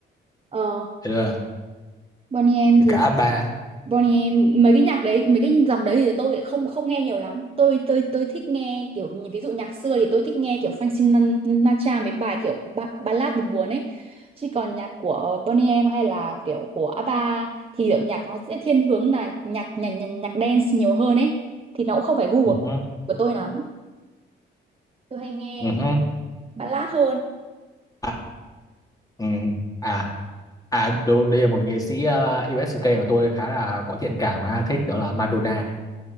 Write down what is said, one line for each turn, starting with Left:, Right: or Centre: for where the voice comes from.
Right: ờ
Left: đấy là-
Right: Boney M
Left: với
Right: thì
Left: cả ABBA.
Right: Bonnie M, mấy cái nhạc đấy mấy cái dòng đấy thì tôi lại không không nghe nhiều lắm tôi tôi tôi thích nghe kiểu như- ví dụ nhạc xưa thì tôi thích nghe kiểu Frank Sinatra mấy bài kiểu ba, ballad buồn buồn ấy chứ còn nhạc của Bonnie M hay là kiểu của ABBA thì kiểu nhạc nó sẽ thiên hướng là nhạc nhạc nhạc, nhạc dance nhiều hơn ấy thì nó cũng không phải gu
Left: Ừ
Right: của,
Left: hứ,
Right: của tôi lắm tôi hay nghe
Left: ừ hứ.
Right: ballad hơn
Left: À, ừ. à, à đồ- đây là một nghệ sĩ uh, US UK mà tôi khá là có thiện cảm và thích đó là Madonna.